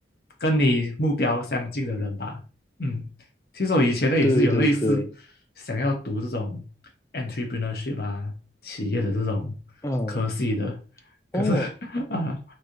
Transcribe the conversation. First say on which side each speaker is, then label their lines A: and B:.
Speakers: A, on the left; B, on the left.
A: 跟你目标相近的人吧。嗯，其实我以前呢也是有类似想要读这种
B: 对对对，
A: entrepreneurship 啊，企业的这种科系的，
B: 嗯，
A: 可是
B: 哦，
A: <laughs> 啊，